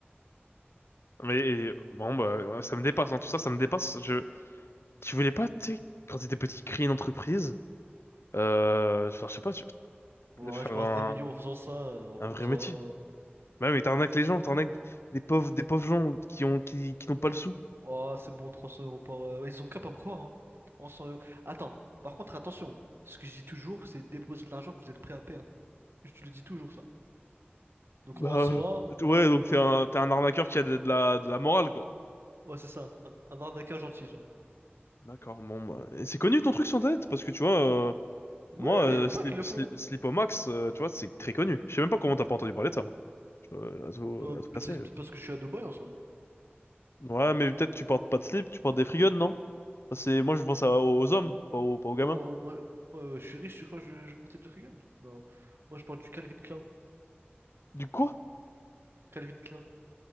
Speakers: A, on the left; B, on the right.
A: Mais et- bon, bah, ouais, ça me dépasse, hein, Tout ça, ça me dépasse. Je, tu voulais pas, tu sais, quand t'étais petit, créer une entreprise, euh, enfin, je sais pas, tu-
B: Ouais,
A: faire
B: je brasse
A: un,
B: des millions en faisant ça, euh, en,
A: un vrai
B: en faisant
A: métier.
B: un...
A: Bah, oui, mais t'arnaques les gens, t'arnaques des pauvres, des pauvres gens qui ont, qui, qui n'ont pas le sou.
B: Oh, c'est bon, 300 euros par... euh, ouais, Ils ont qu'à pas me croire, hein. 300 euros... Attends, par contre, attention. Ce que je dis toujours, c'est déposer de l'argent que vous êtes prêt à perdre. Je le dis toujours, ça. Donc,
A: Bah,
B: en soi,
A: ouais, donc t'es un, t'es un arnaqueur qui a de, de la, de la morale, quoi.
B: ouais, c'est ça. Un, un arnaqueur gentil, genre.
A: D'accord, bon, bah, et c'est connu ton truc sur internet, parce que tu vois. euh,
B: Ouais,
A: Moi, euh,
B: il y en a plein
A: Slip,
B: qui le
A: Slip,
B: font.
A: Slipomax, euh, tu vois, c'est très connu. Je sais même pas comment t'as pas entendu parler de ça, moi. Je dois- La zo-
B: Euh,
A: la zo cassée,
B: c'est
A: euh.
B: peut-être parce que je suis à Dubaï, en soi.
A: Ouais, mais peut-être tu portes pas de slip, tu portes des free guns, non? Parce que moi, je pense à- aux hommes, pas aux, pas aux gamins.
B: Non, moi, moi, euh, je suis riche, tu crois que je, je portais du Reagan? Non. Moi, je porte du Calvin Klein.
A: Du quoi?
B: Calvin Klein.